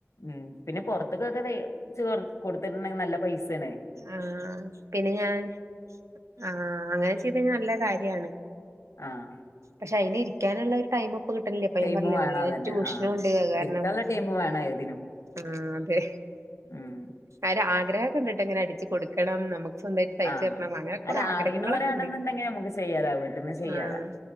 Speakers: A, on the left (about 85°); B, on the right (about 80°).
A: ഉം പിന്നെ പൊർത്ത്ക്കൊക തൈച് കൊട് കൊട്ത്ത്ണ്ടെങ്കി നല്ല പൈസേണെ
B: ആഹ് പിന്നെ ഞാൻ ആഹ് അങ്ങനെ ചെയ്ദേഞ നല്ലകാര്യാണ്
A: ആഹ്
B: പക്ഷെ അയ്ന് ഇരിക്കാന്ള്ളൊര് ടൈമ് പ്പ കിട്ടലില്ല പ്പൊ
A: ടൈമ്
B: ഞാപറ്ഞ്ഞിലെ
A: വേണം
B: ഓൺലൈന്
A: അതന്നെ
B: ട്യൂഷ്ന്
A: ആഹ്
B: പോണ്ട് അയ് കാര്ണം
A: ഇരിക്കാനുള്ള ടൈമ് വേണം ഏതിനും
B: ആഹ് അതെ
A: ഉം
B: അര ആഗ്രഹൊക്കണ്ട്ട്ടൊ ഇങ്ങനെ അടിച്ച് കൊടുക്കണം നമുക്ക് സ്വന്തമായിട്ട് തയ്ച്ചിടണം
A: ആഹ്
B: അങ്ങനെ കൊറെ
A: അല്ല
B: ആഗ്രഹങ്ങളൊക്കണ്ട്
A: അറിയണോരാണെന്നുണ്ടെങ്കിൽ നമുക്ക് ചെയ്യാലോ വീട്ടിൽന്ന് ചെയ്യാലോ
B: ആഹ്